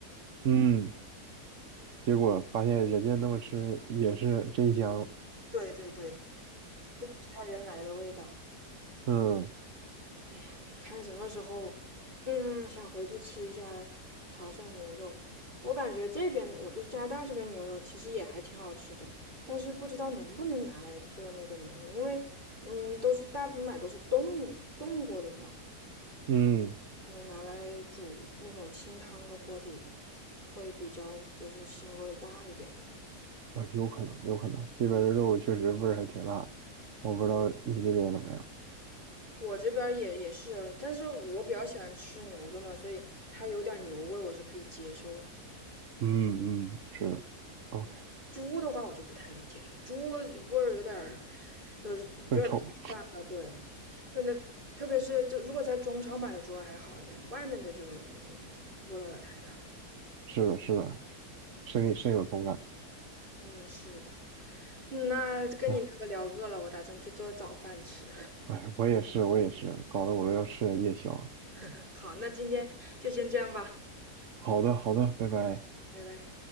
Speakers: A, on the right; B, on the right.
A: 嗯，结果发现人家那么吃也是真香。
B: 对对对，就不是它原来的味道。
A: 嗯
B: 哎呀，看什么时候，嗯，想回去吃一下潮汕牛肉。我感觉这边，我就是加拿大这边牛肉其实也还挺好吃的，但是不知道能不能拿来做那个牛肉，因为，嗯，都是大部分买都是冻冻过的嘛，
A: 嗯。
B: 可能拿来煮那种清汤的锅底会比较就是腥味儿大一点吧。
A: 啊，有可能，有可能，这边儿的肉确实味儿还挺辣的，我不知道你那边怎么样。
B: 我这边儿也也是啊，但是我比较喜欢吃牛肉嘛，所以它有点牛味儿我是可以接受的。
A: 嗯嗯，是的，OK，
B: 猪的话我就不太能接受，猪味儿有点儿，有有点儿太大了。
A: 更臭，
B: 对，那那特别是就如果在中超买的猪还好一点，外面的就嗯味儿有点太大。
A: 是的，是的，深深有同感
B: 嗯，是的。嗯那跟你聊着聊饿了，
A: 啊。
B: 我打算去做早饭吃。
A: 哎，我也是，我也是，搞得我都要吃点夜宵了
B: <laughs> 好，那今天就先这样吧，
A: 好的，好的，拜拜。
B: 拜拜。